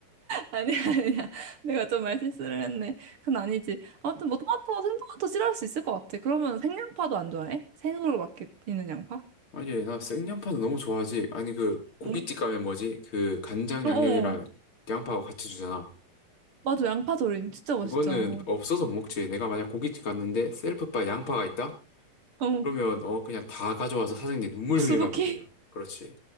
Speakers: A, on the right (about 60°); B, on the left (about 40°).
A: 아니야, 아니야. 내가 좀 말 실수를 했네. 그건 아니지. 아무튼 뭐 토마토, 생토마토 싫어할 수 있을 것 같아. 그러면 생양파도 안 좋아해? 생으로 막 이렇게 있는 양파?
B: 아니 나 생양파는 너무 좋아하지. 아니 그 고깃집
A: 응?
B: 가면 뭐지? 그 간장
A: 어,
B: 양념이랑
A: 어.
B: 양파하고 같이 주잖아.
A: 맞아, 양파 조림. 진짜 맛있잖아,
B: 그거는
A: 그거.
B: 없어서 못 먹지. 내가 만약 고깃집 갔는데 셀프바 양파가 있다?
A: 어.
B: 그러면 어 그냥 다 가져와서 사장님 눈물
A: 수북히?
B: 흘리막이 그냥. 그렇지.